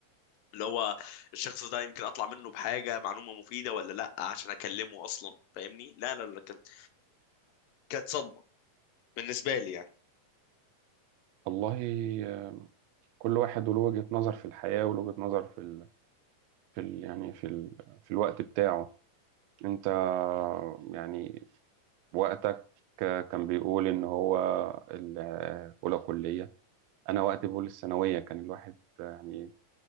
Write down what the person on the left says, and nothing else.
اللي هو الشخص ده يمكن اطلع منه بحاجه معلومه مفيده ولا لا عشان اكلمه اصلا فاهمني لا لا لا كانت كانت صدمه بالنسبه لي يعني